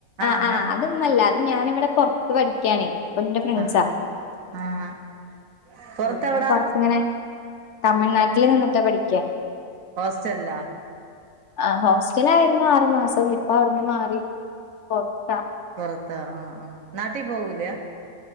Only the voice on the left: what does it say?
ആ
ആ അത് മ്മല്ല അത് ഞാനിവടെ പൊർ ത്ത് പഠിക്കാണേ ഓള് ന്റെ ഫ്രണ്ട്സാ
ആ ഞാൻ പൊർത്ത്ങ്ങനെ തമിഴ്നാട്ടില് നിന്ന്ട്ടാ പഠിക്ക
ആ ഹോസ്റ്റലായിരുന്നു ആറു മാസം ഇപ്പവ്ട്ന്ന് മാറി പൊർത്താ